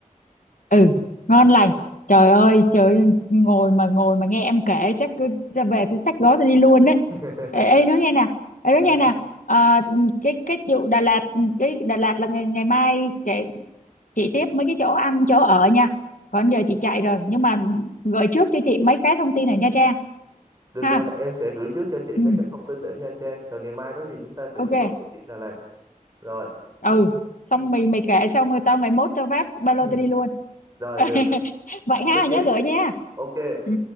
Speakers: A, on the left; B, on the right.
A: ừ ngon lành trời ơi trời ơi, ngồi mà ngồi mà nghe em kể chắc cứ ra về tôi xách gói tôi đi luôn đấy
B: <laughs>
A: ê, ê nói nghe nè ê nói
B: em
A: nghe
B: nghe
A: nè Ờ, cái cái vụ Đà Lạt cái Đà Lạt là ngày ngày mai kể chị tiếp mấy cái chỗ ăn chỗ ở nha còn giờ chị chạy rồi nhưng mà gửi trước cho chị mấy cái thông tin ở Nha Trang
B: được
A: ha
B: rồi em sẽ gửi trước cho chị
A: ừ,
B: mấy cái thông tin ở Nha Trang rồi ngày mai có gì chúng ta sẽ
A: ok
B: tiếp tục cái chuyện Đà Lạt rồi
A: ừ xong mày mày kể xong rồi tao ngày mốt tao vác ba lô
B: <laughs>
A: tao đi luôn
B: rồi
A: <laughs>
B: được
A: vậy
B: nhất
A: ha
B: trí
A: nhớ gửi nha
B: ok
A: ừ